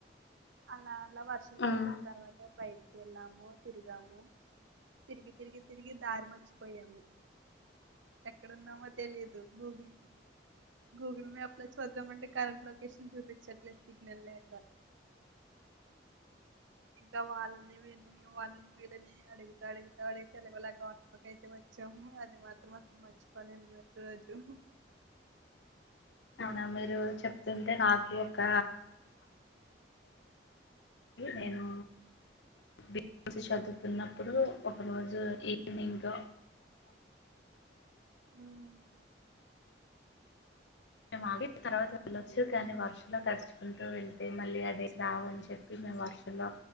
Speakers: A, on the right (about 85°); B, on the left (about 70°).
A: అలాత్ ఎట్లా వర్షం తగ్గిన
B: మ్
A: తర్వాత బై వెళ్ళాము తిరిగాము తిరిగి తిరిగి తిరిగి దారి మర్చిపోయాము ఎక్కడ ఉన్నామో తెలీదు గూగుల్ గూగల్ మ్యాప్ లో చెద్దాం అంటె కరెంట్ లొకేషన్ చూపించట్లేదు సిగ్నల్ లేక ఇక వాళ్ళని వీళ్ళని వాళ్ళని వీళ్ళని అడుగుతా అడుగుతా అడుగుతే ఎలాగోలా అయితే వచ్చాము అది మాత్రం అసలు మర్చిపోలేని రో రోజు
B: అవున అండి రోచెప్ <unintelligible> అవుతుంటే నాకు ఒక <unintelligible> బి పామ్ సీ చదువుతున్నప్పుడు ఒక రోజు ఈవినింగ్
A: హ్మ్
B: మిము అడె తర్వాత వెళ్ళొచ్చు కానీ వర్షంలో తడుచుకుంటూ వెళ్తే మళ్ళీ ఆ డేస్ రావని చెప్పి మేము వర్షంలో